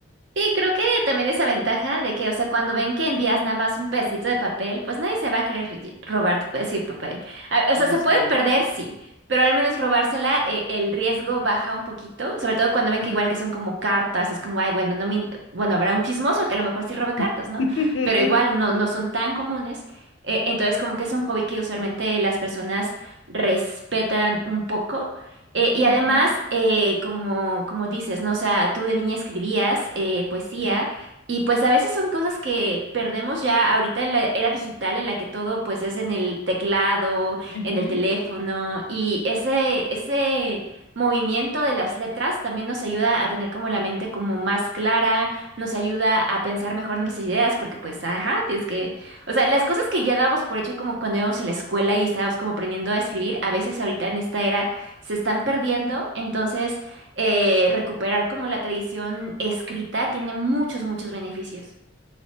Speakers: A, on the right; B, on the left.
A: Sí, creo que también esa ventaja de que, o sea, cuando ven que envías nada más un pedacito de papel, pues nadie se va a querer lle- robar tu pedacito de papel. A- O sea, se
B: Sí.
A: puede perder, sí, pero al menos robársela, eh, el riesgo baja un poquito, sobre todo cuando ven que
B: Ujú.
A: igual que son como cartas, es como, ay, bueno, no me, in- bueno, habrá un chismoso que a lo mejor sí robe cartas,
B: <laughs>
A: ¿no? Pero igual no, no son tan comunes. eh, entonces, como que es un hobby que usualmente las personas respetan un poco. Eh, y además,
B: Ujú,
A: eh, como, como dices, ¿no? O sea, tú de niña escribías eh, poesía
B: ujú,
A: y pues a veces son cosas que perdemos ya ahorita en la era digital en la que todo pues es en el teclado,
B: ujú.
A: en el teléfono y ese, ese movimiento de las letras también nos ayuda a tener como la mente como más clara, nos ayuda a pensar mejor nuestras ideas porque pues, ajá, tienes que... O sea, las cosas que ya dábamos por hecho como cuando íbamos a la escuela y estábamos como aprendiendo a escribir, a veces ahorita en esta era se están perdiendo, entonces eh, recuperar como la tradición escrita tiene muchos, muchos beneficios.